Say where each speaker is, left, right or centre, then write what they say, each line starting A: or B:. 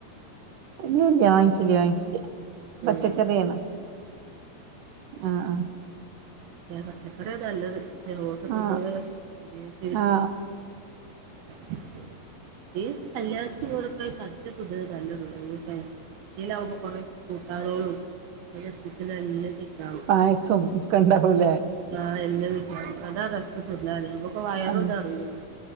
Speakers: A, on the right; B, on the right.
A: ഇല്ലില്ല വാങ്ങ്ച്ചില്ല വാങ്ങ്ച്ചില്ല
B: ഉം
A: പച്ചക്കറിയാണ്. ആഹ് ആഹ്
B: പച്ചക്കറിയ നല്ലത് <unintelligible>
A: ആഹ് ആഹ്
B: ഈസ്‌ കല്ല്യാൺ ഇവിടുത്തെ സദ്യ പൊതുവെ നല്ലതാ വയങ്കര ടേസ്റ്റ സദ്യെലാവുമ്പ കൊറെ കൂട്ടാനോളു കല്ല്യാൺ സിൽസിന്റെ നല്ലത്ണ്ടാവും.
A: പായസോം ക്കെണ്ടാവൂലേ?
B: ആഹ് എല്ലെതുണ്ടാവും അതാരെസം പെരുന്നാളിന് നമുക്കു വയറു
A: ആഹ്
B: നെറയും.